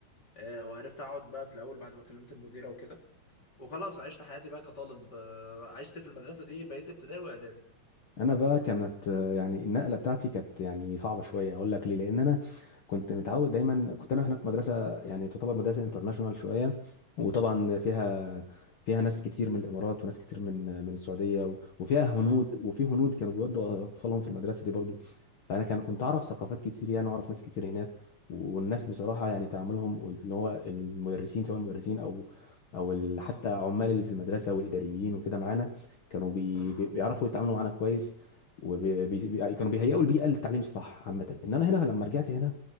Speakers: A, on the left (about 35°); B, on the left (about 55°).
A: آه، وعرفت اقعد بقى في الاول بعد ما كلمت المديره وكده وخلاص عشت حياتي بقى كطالب آه، عشت في المدرسه دي بقيت ابتدائي واعدادي
B: انا بقى كانت آه، يعني النقله بتاعتي كانت يعني صعبه شويه اقول لك ليه لان انا كنت متعود دايما كنت انا هناك في مدرسه يعني تعتبر مدرسه انترناشونال شويه وطبعا فيها فيها ناس كتير من الامارات وناس كتير من من السعوديه و- وفيها هنود
A: اه
B: وفي هنود كانوا بيودوا اطفالهم في المدرسه دي برضو فانا كان كنت اعرف ثقافات كتير يعني واعرف ناس كتير هناك والناس بصراحه يعني تعاملهم واللي هو المدرسين سواء المدرسين او او ال-
A: اه
B: حتى عمال اللي في المدرسه والاداريين وكده معانا كانوا بي...
A: اه اه
B: بي- بيعرفوا يتعاملوا معانا كويس وكانوا بيهيئوا البيئه للتعليم الصح عامه انما هنا لما رجعت هنا